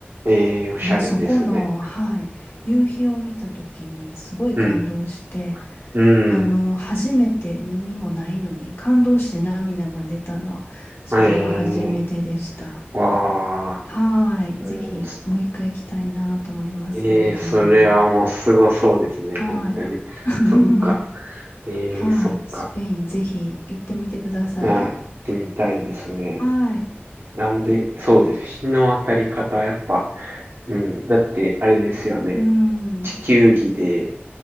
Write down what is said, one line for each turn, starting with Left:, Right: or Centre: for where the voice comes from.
Right: ええ、おしゃれですね。
Left: もうそこの、はい、夕日を見た時にすごい感動して、
Right: うん、うん、
Left: あの、初めて何もないのに感動して涙が出たのは、それが初めてでした。
Right: ええ、わあ、
Left: はーい。
Right: うんす
Left: ぜひ、もう一回行きたいなと思いますね。
Right: ええ、それはもうすごそうですね、
Left: はーい。
Right: 本当に。
Left: <laughs>
Right: そっか、ええ、
Left: はーい。
Right: そっか。
Left: スペイン、ぜひ行ってみてください。
Right: いや、行ってみたいですね。
Left: はーい。
Right: なんで、そうです。日の当たり方、やっぱ、うん。だって、あれですよね。
Left: うん。
Right: 地球儀で、